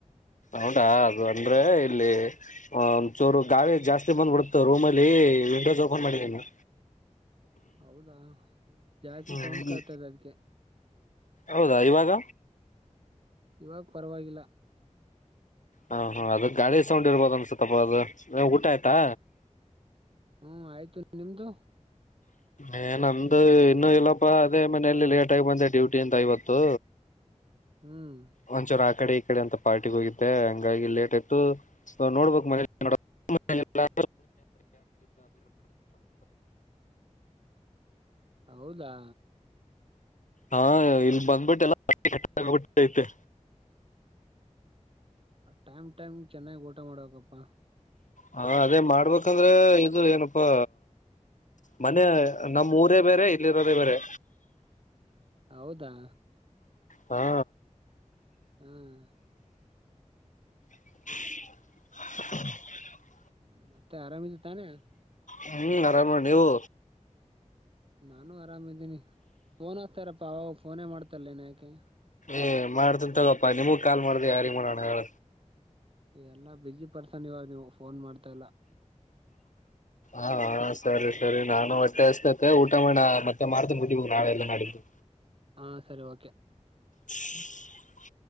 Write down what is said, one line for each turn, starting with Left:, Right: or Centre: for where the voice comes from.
Left: ಹೌಟಾ ಅದು ಅಂದ್ರೆ ಇಲ್ಲಿ ಒ ಚೋರು ಗಾಳಿ ಜಾಸ್ತಿ ಬಂದ್ಬಿಡುತ್ತೆ ರೂಮ್ ಅಲ್ಲಿ ವಿಂಡೋಸ್ ಓಪನ್ ಮಾಡಿದ್ದೇನು
Right: ಹೌದಾ ಜಾಸ್ತಿ
Left: ಹ್ಮ
Right: ಸೌಂಡ್ ಕಳ್ತದೆ ಅದಕ್ಕೆ
Left: ಹೌದಾ ಇವಾಗ
Right: ಇವಾಗ ಪರವಾಗಿಲ್ಲ
Left: ಹಾ ಹಾ ಅದ ಗಾಡಿಿ ಸೌಂಡ್ ಇರ್ಬೋದ ಅನ್ಸತ್ತಪ್ಪ ಅದು ಊಟ ಆಯ್ತಾ
Right: ಹ್ಮ್ ಹ್ಮ್ ಆಯ್ತು ನಿಮ್ದು
Left: ಏ ನಮ್ದು ಇನ್ನುೂ ಇಲ್ಲಪ್ಪ ಅದೇ ಮನೇೆಯಲ್ಲಿ ಲೇಟಗಿ ಬಂದೆ ಡ್ಯೂಟಿ ಅಿಂದ ಐವತ್ತು
Right: ಹ್ಮ್
Left: ಒಂಚರ ಆ ಕಡೆ ಕಡೆ ಅಂತ ಪಾರ್ಟಿ ಹೋಗಿದ್ದೆ ಹಂಗಾಗಿ ಲೇಟ್ ಆಯತು ನೋಡ್ಬಕ್ ಮ ಲ್ಲ
Right: ಹೌದಾ
Left: ಹಾ ಇಲ್ಲಿ ಬಂದ್ಬಿಟ್ಟೆಲ್ಲಬಿಟ್ಟೈತೆ
Right: ಟೈಮ್ ಟೈಮ್ ಚೆನ್ನಾಗಿ್ ಊಟ ಮಾಡಬೇಕಕಪ್ಪಾ
Left: ಹಾ ಅದೇ ಮಾಡ್ಬೇಕಂದ್ರೆ ಇದು ಏನಪ್ಪಾ ಮನೆ ನಮ್ಮ್ ಊರೇ ಬೇರೆ ಇಲ್ಲಿರೋದೇ ಬೇರೆ
Right: ಹೌದಾ
Left: ಹಾ
Right: ಹ್ಮ್
Left: <inaudible>
Right: ಹ್ಮ ಮತ್ತೆ ಆರಾಮಿದು ತಾನೆ
Left: ಹ್ಮ್ ಆರಾಮ ನೀವು
Right: ನಾನು ಆರಾಮಿದ್ದೀನಿ ಫೋನ್ ಹ್ತಾರಪ್ಪ ಅವಾಗ ಫೋನೇ ಮಾಡ್ತಾರೇನ ಯಾಕೆ
Left: ಏ ಮಾಡ್ತನ್ ತಗಪ್ಪಾ ನಿಮಗ ಕಾಲ್ ಮಾಡ್ದ ಯಾರಿ ಮಾಡೋಣ ಹೇಳ
Right: ಎಲ್ಲ ಬ್ಯುಝಿ ಪರ್ಸನ್ ಇವಾಗ ನೀವು ಫೋನ್ ಮಾಡ್ತಾ ಇಲ್ಲ
Left: ಹಾ ಸರಿ ಸರಿ ನಾನು ಹೊಟ್ಟೆ ಅಷ್ಟತತೆ ಊಟ ಮಾಡ ಮತ್ತೆ ಮಾರ್ತನ್ ಬಿಟ್ಟಬ ನಾಳೆಲ್ಲ ನಾಡಿದ್ದು
Right: ಹಾ ಸರಿ ಓಕೆ
Left: ಹ್ಮ